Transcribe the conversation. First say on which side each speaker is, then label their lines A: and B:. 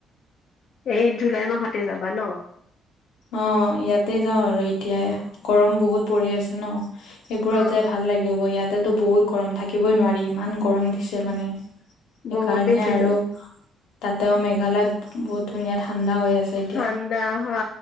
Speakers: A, on the left (about 60°); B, on the left (about 85°).
A: এই জুলাই মাহতে যাবা ন।
B: অ, ইয়াতে যাওঁ আৰু এতিয়া গৰম বহুত পৰি আছে ন সেইবোৰত
A: অ',
B: যাই ভাল লাগিব ইয়াতেতো বহুত গৰম থাকিবই নোৱাৰি ইমান গৰম দিছে মানে সেইকাৰণে
A: বহুত বেছিতো
B: আৰু তাতেও মেঘালয়ত বহুত ধুনীয়া ঠাণ্ডা হৈ আছে
A: ঠাণ্ডা
B: এতিয়া।
A: হা